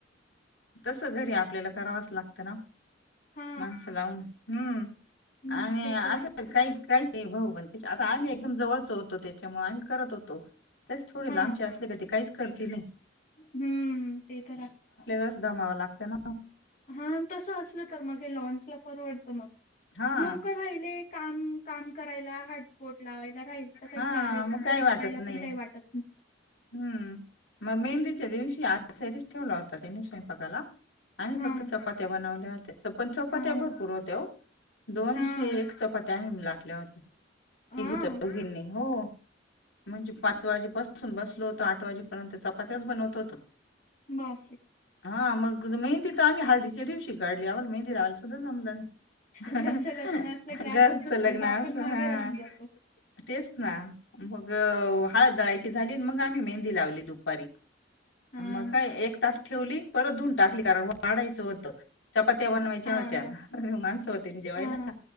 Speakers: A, on the left; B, on the left.
A: तसं घरी आपल्याला करावंच लागतं ना.
B: हा
A: माणसं लावून. हम्म.
B: हम्म
A: आणि
B: ते
A: आहे
B: तर
A: काही काही ते भाऊ पण कसे आता आम्ही एकदम जवळचे होतो त्याच्यामुळे आम्ही करत होतो. तेच थोडे
B: हा
A: लांबचे असले तर ते काहीच करते नाही.
B: हम्म ते तर आहे.
A: तस दमावं लागतं ना.
B: हां. तसं असलं तर मग हे लॉन्सला परवडतं मग.
A: हा
B: लोकं राहिले ते काम काम करायला हातबोट लावाय राहील, तर
A: हा
B: काही कार्य
A: मग काही
B: घरी
A: वाटत
B: करायला
A: नाही
B: पण काही वाटत नाही.
A: हम्म. मग मेहंदीच्या दिवशी आचारीच ठेवला होता त्यांनी स्वय. बघायला. आम्ही
B: हा
A: फक्त चपात्या बनवल्या हो त्यापण चपात्या
B: हा
A: भरपूर होत्या ओ, दोनशे
B: हा
A: एक चपाती. त्यांनी लाटल्या होत्या.
B: हा
A: तिघी चौघींनी हो. म्हणजे पाच वाजेपसून बस लो होतो. आठ वाजेपर्यंत चपात्याच बनवत होतो.
B: बापरे.
A: हा मग नाही तिथं आम्ही हळदीच्या दिवशी ते काढल्यावर मेहंदी लावायला सुद्धा जमलं नाही.
B: घरचं लग्न असलं की असंच
A: घरचं
B: होतं
A: लग्न
B: आपण
A: असं
B: मागे
A: हा.
B: राहून जातो
A: तेच ना मग हळद दळायची झाली मग आम्ही मेहंदी लावली दुपारी.
B: हा
A: मग काय एक तास ठेवली परत धुऊन टाकली, कारण वाढायचं होतं. चपात्या बनवायच्या
B: हा
A: होत्या.
B: हा
A: माणसं होते ना जेवायला,
B: हा